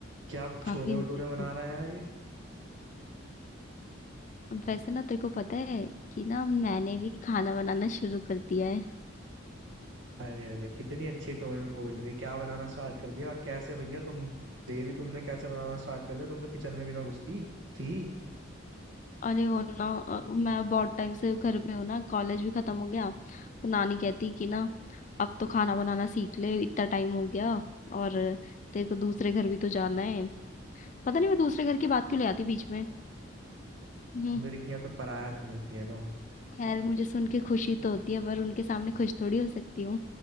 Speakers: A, on the right (about 60°); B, on the left (about 35°).
A: क्या
B: काफी
A: छोले
B: इम्प्रेसिव
A: भटूरे बना रहा है यार ये
B: वैसे ना तेरे को पता है कि ना मैंने भी खाना बनाना शुरू कर दिया है
A: अरे अरे कितनी अच्छी टोन में बोल रही है क्या बनाना स्टार्ट कर दिया और कैसे भैया तुम देवी तुमने कैसे बनाना स्टार्ट कर दिया तुम तो किचन में भी ना घुसती थी
B: अरे वो ना अ, मैं बहुत टाइम से घर पे हूँ ना कॉलेज भी खत्म हो गया तो नानी कहती कि ना अब तो खाना बनाना सीख ले इतना टाइम हो गया और तेरे को दूसरे घर भी तो जाना है पता नहीं मैं दूसरे घर की बात क्यों ले आती बीच में हम्म
A: लड़कियां तो पराया धन होती है ना
B: खैर मुझे सुन के खुशी तो होती है पर उनके सामने खुश थोड़ी हो सकती हूँ